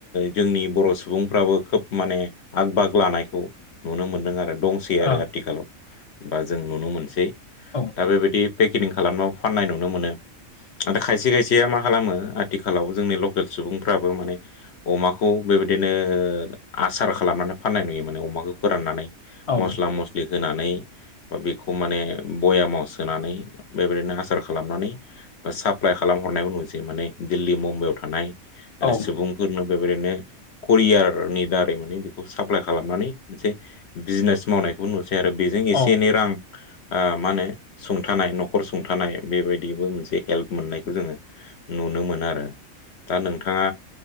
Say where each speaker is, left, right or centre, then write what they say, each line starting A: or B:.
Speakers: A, on the left (about 55°); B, on the left (about 35°).
A: जोंनि बर' सुबुंफ्राबो खोब माने आग बाग लानायखौ नुनो मोनदों आरो। दंसै आरो
B: ओं औ
A: आथिखालाव बा जों नुनो मोनसै
B: ओं
A: दा बेबायदि। लिं खालामनाय फाननाय नुनो मोनो आा खायसे खायसे। खिया मा खालामो आथिखालाव जोंनि लकेल सुबुंफ्राबो माने अमाखौ। खौ बेबायदिनो आसार खालामनानै फाननाय नुयोमोन। फोरनानै
B: औ
A: म होनानै बा बेखौ माने बयामाव सोनानै बेबायदिनो आसार खालामनानै। ब साप्लााय खालाम हरनायबो नुजै माने दिल्ली मुम्बाइयाव थानाय
B: औ औ
A: सुबुंफोरनो बे बिरैनो करियारनि दारै माने बेखौ साप्लााय खालामनानै मोनसे बिजनेस मावनायखौ नु ै आरो बेजों एसे
B: ओं
A: एनै रां मा होनो सुंथानाय न'खर सुंथानाय बेबायदिबो मोनसे हेल्प मोननायखौ जोङो नुनो मोन आरो दा नोंथाङा